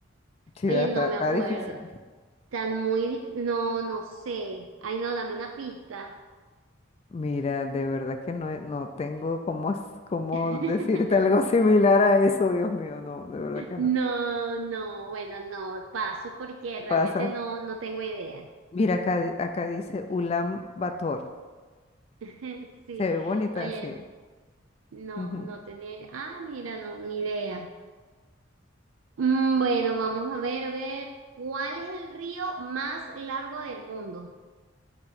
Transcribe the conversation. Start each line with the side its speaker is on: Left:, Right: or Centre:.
Left: Sí,
Right: Oye,
Left: ¿verdad?
Right: no
Left: está,
Right: me
Left: está
Right: acuerdo.
Left: difícil.
Right: Tan muy... dic- No, no sé. Ay, no, dame una pista.
Left: Mira, de verdad que no, no tengo cómo, s- cómo
Right: <laughs>
Left: decirte algo <laughs> similar a eso, Dios mío, no, de verdad que
Right: No,
Left: no.
Right: no, bueno, no, paso porque realmente
Left: Pasa.
Right: no, no tengo idea.
Left: Mira, acá, di- acá dice Ulan Bator.
Right: <laughs> Sí,
Left: Se ve bonita,
Right: oye,
Left: sí.
Right: no,
Left: Ujú.
Right: no tenía idea. Ah, mira, no, ni idea. Mm, bueno, vamos a ver, a ver, ¿cuál es el río más largo del mundo?